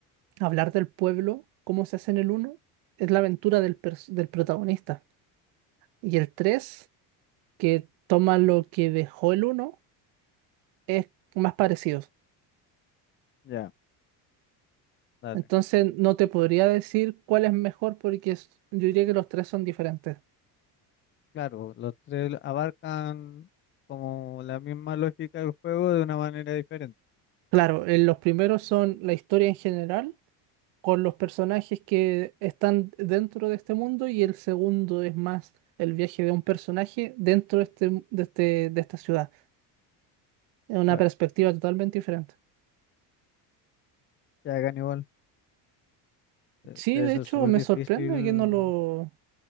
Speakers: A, on the right (about 70°); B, on the left (about 30°).
A: hablar del pueblo, cómo se hace en el uno es la aventura del, pers- del protagonista. Y el 3 que toma lo que dejó el uno es más parecido.
B: Ya, dale.
A: Entonces no te podría decir cuál es mejor porque es- yo diría que los tres son diferentes.
B: Claro, los tres abarcan como la misma lógica del juego de una manera diferente.
A: Claro, eh, los primeros son la historia en general con los personajes que están dentro de este mundo y el segundo es más el viaje de un personaje dentro de, este, de, este- de esta ciudad. Es una
B: Claro,
A: perspectiva totalmente diferente.
B: ya hagan igual de-
A: Sí,
B: Debe
A: de
B: ser
A: hecho,
B: súper
A: me
B: difícil.
A: sorprende que no, lo,